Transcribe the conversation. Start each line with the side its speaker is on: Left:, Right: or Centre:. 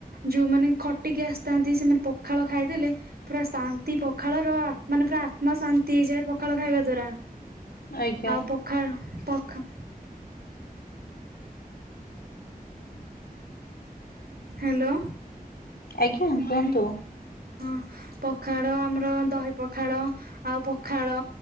Right: ଯୋଉମାନେ ଖଟିକି ଆସିଥାନ୍ତି ସେମାନେ ପଖାଳ ଖାଇଦେଲେ ପୁରା ଶାନ୍ତି ପଖାଳର ମାନେ ପୁରା ଆତ୍ମା ଶାନ୍ତି ହେଇଯାଏ ପଖାଳ ଖାଇବା ଦ୍ଵାରା‌।
Left: ଆଜ୍ଞା
Right: ଆଉ ପଖାଳ ପଖ ହ୍ୟାଲୋ।
Left: ଆଜ୍ଞା କୁହନ୍ତୁ।
Right: ହଁ ପଖାଳ ଆମର ଦହି ପଖାଳ ଆଉ ପଖାଳ